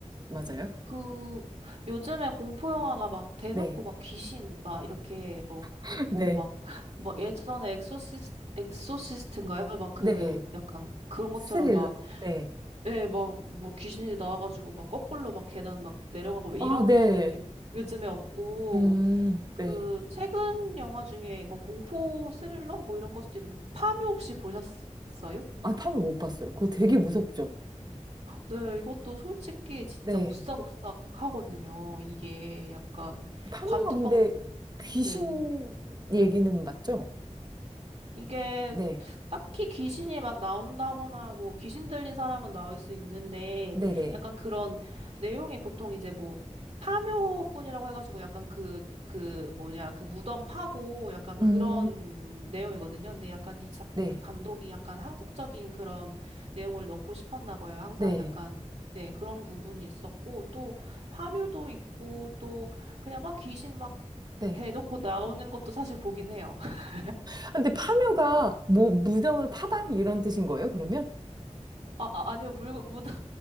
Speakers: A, on the right; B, on the right.
A: 맞아요?
B: 그 요즘에 공포 영화가 막 대놓고
A: 네,
B: 막 귀신 막 이렇게 뭐
A: <laughs>
B: 뭐
A: 네.
B: 막 막 예전에 엑소시스 엑소시스트인가요? 막 그
A: 네.
B: 약간 그런
A: 스릴러.
B: 것처럼 막
A: 네.
B: 예, 막 뭐 귀신이 나와가지고 막 거꾸로 막 계단 막 내려가고 이런
A: 아, 네.
B: 거는 요, 요즘에 없고
A: 음,
B: 그
A: 네.
B: 최근 영화 중에 이건 공포 스릴러 뭐 이런 걸 수도 있는데 파묘 혹시 보셨어요?
A: 아, 파묘 못 봤어요. 그거 되게 무섭죠?
B: 네, 이것도 솔직히 진짜
A: 네.
B: 오싹오싹 하거든요. 이게 약간
A: 파묘가
B: 관뚜껑
A: 근데 귀신
B: 네.
A: 얘기는 맞죠?
B: 이게
A: 네.
B: 딱히 귀신이 막 나온다거나 뭐 귀신 들린 사람은 나올 수 있는데
A: 네네.
B: 약간 그런 내용이 보통 이제 뭐 파묘꾼이라고 해가지고 약간 그, 그 뭐냐 그 무덤 파고 약간 그런
A: 음,
B: 내용이거든요. 근데 약간 이 자,
A: 네.
B: 그 감독이 약간 한국적인 그런 내용을 넣고 싶었나 봐요. 항상
A: 네.
B: 약간 네 그런 부분이 있었고 또 파묘도 있고 또 그냥 막 귀신 막
A: 네.
B: 대놓고 나오는 것도 사실 보긴 해요. <laughs>
A: 아, 근데 파묘가 뭐, 무덤을 파다? 이런 뜻인 거예요, 그러면?
B: 아, 아 아니요 물, 무당